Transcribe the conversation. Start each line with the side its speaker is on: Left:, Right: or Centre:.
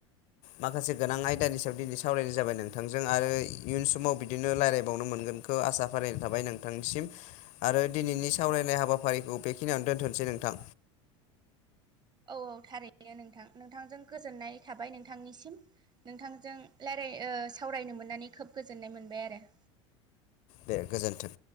Left: माखासे गोनां आयदानि सायाव दिनै सावरायनाय जाबाय नोंथांजों आरो इयुन समाव बिदिनो रायजलायबावनो मोनगोन -खौ आसा फारिनाय थाबाय नोंथांनिसिम आरो दिनैनि सावरायनाय हाबाफारिखौ बेखिनियावनो दोनथ'नोसै नों -थां।
Right: औ औ थारैनो नोंथां नोंथांजों गोजोननाय थाबाय नोंथांनिसिम नोंथांजों रायलाय ओ सावरायनो मोननानै खोब गोजोननाय मोनबाय आरो
Left: दे गोजोन्थों